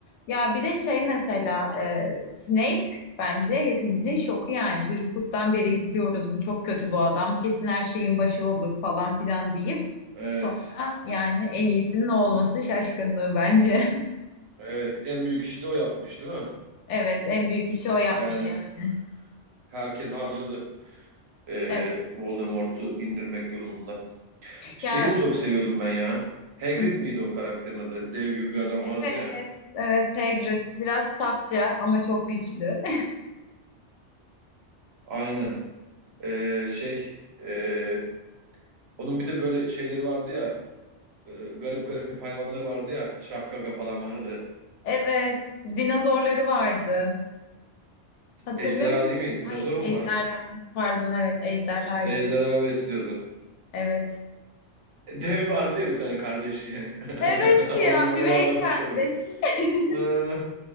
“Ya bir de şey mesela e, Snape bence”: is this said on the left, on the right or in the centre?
Left